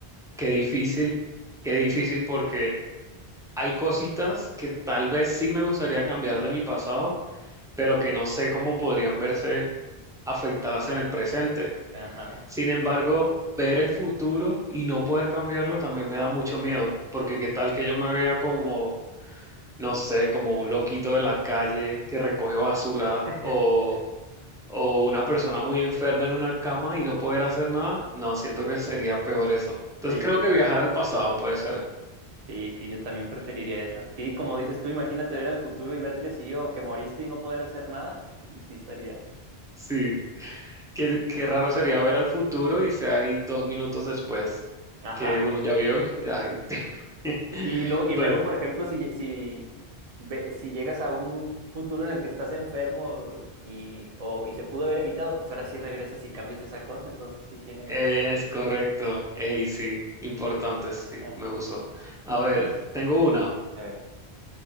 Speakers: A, in the centre; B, on the right.
A: qué difícil, qué difícil porque hay cositas que tal vez sí me gustaría cambiar de mi pasado, pero que no sé cómo podrían verse afectadas en el presente.
B: Ajá.
A: Sin embargo, ver el futuro y no poder cambiarlo también me da mucho miedo, porque qué tal que yo me vea como, no sé, como un loquito de la calle que recoge basura
B: <laughs>
A: o o una persona muy enferma en una cama y no poder hacer nada, no, siento que sería peor eso. Entonces
B: Sí,
A: creo que viajar al pasado puede ser.
B: sí, sí, yo también preferiría esa. Sí, como dices tú, imagínate ver al futuro y verte así o que moriste y no poder hacer nada, y sí estaría.
A: Sí. Qué, qué raro sería ver al futuro y sea ahí dos minutos después
B: Ajá.
A: que uno ya vio. y- ay, <laughs>
B: Y, y lo- y
A: Bueno,
B: luego, por ejemplo, si, si, ve- si llegas a un futuro en el que estás enfermo y, o, y se pudo haber evitado, pues ahora sí regresas y cambias esa cosa, entonces sí tiene mejor.
A: es correcto. Ey, sí, importante, sí,
B: Ajá.
A: me gustó. A ver, tengo una.
B: A ver.